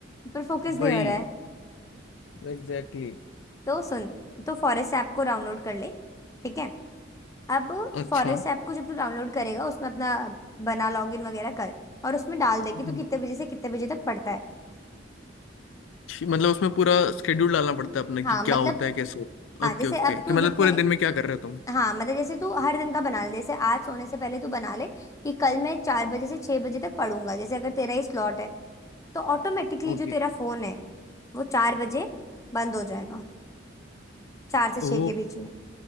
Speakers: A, on the left; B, on the left.
A: पर फोकस नहीं
B: वही
A: हो रहा है
B: Exactly exactly.
A: तो सुन तो फॉरेस्ट ऐप को डाउनलोड कर ले ठीक है अब
B: अच्छा
A: फॉरेस्ट ऐप को जब तू डाउनलोड करेगा उसमें अपना बना लॉगिन वगैरह कर और उसमें डाल दे कि
B: हम्म,
A: तू कितने बजे से कितने बजे तक पढ़ता है
B: मतलब उसमें पूरा स्केड्यूल डालना पड़ता है अपना
A: हाँ
B: कि क्या
A: मतलब
B: होता है कैसे
A: हाँ
B: ओके
A: जैसे
B: ओके
A: अब
B: कि
A: तू
B: मतलब
A: जितने
B: पूरे दिन में क्या कर रहे हो तुम
A: हाँ मतलब जैसे तू हर दिन का बना ले जैसे आज सोने से पहले तू बना ले कि कल मैं चार बजे से छह बजे तक पढ़ूंगा जैसे अगर तेरा ये स्लॉट है तो ऑटोमेटिकली
B: ओके
A: जो तेरा फोन है वो चार बजे बंद हो जाएगा चार से छह
B: ओ
A: के बीच में